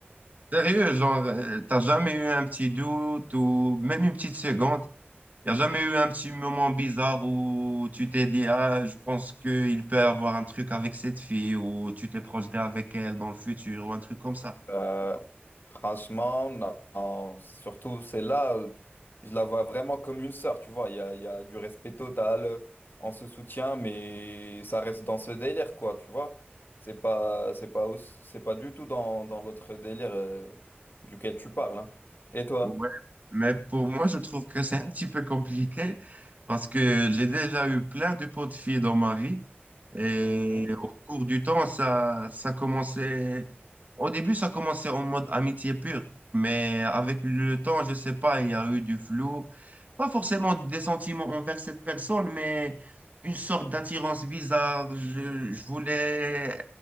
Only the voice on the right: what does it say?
Sérieux, genre, euh, t'as jamais eu un petit doute ou même une petite seconde? Il n'y a jamais eu un petit moment bizarre où tu t'es dit, ah, je pense qu'il peut avoir un truc avec cette fille ou tu t'es projeté avec elle dans le futur ou un truc comme ça.
Ouais. Mais pour moi, je trouve que c'est un petit peu compliqué parce que j'ai déjà eu plein de potes filles dans ma vie. Et
au cours du temps, ça, ça commençait. Au début, ça commençait en mode amitié pure. Mais avec le temps, je sais pas, il y a eu du flou. Pas forcément des sentiments envers cette personne, mais une sorte d'attirance bizarre. Je, je voulais,